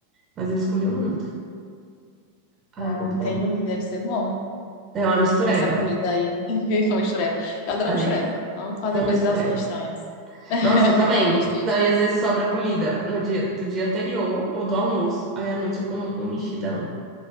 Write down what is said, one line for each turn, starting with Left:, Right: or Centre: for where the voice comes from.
Right: Mas eles comiam muito. Aí
Left: ah,
Right: é muito
Left: entendi,
Right: bom.
Left: deve ser bom
Right: É uma mistureba.
Left: essa comida aí. <laughs> Com mistureba. Eu adoro
Right: É,
Left: mistureba. Vamos fazer
Right: uma mistureba.
Left: coisas assim estranhas. <laughs>
Right: Nossa, eu também.
Left: É gostoso.
Right: Não, e às vezes sobra comida no dia, do dia anterior ou do almoço. Aí à noite eu como um mexidão.